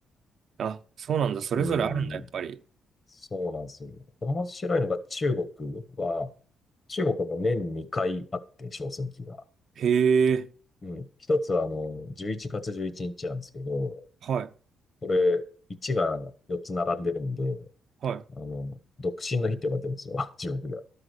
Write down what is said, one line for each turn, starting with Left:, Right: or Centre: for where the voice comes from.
Right: あ、そうなんだ。それぞれあるんだ、
Left: うん。
Right: やっぱり。
Left: そうなんですよ。面白いのが中国は、中国も年2回あって、小選挙が。
Right: へえ。
Left: うん。一つは、あの、11月11日なんですけど、
Right: はい。
Left: これ、1が4つ並んでるんで、
Right: は
Left: あの、独身の日って呼ばれてるんですよ、<laughs> 中国では。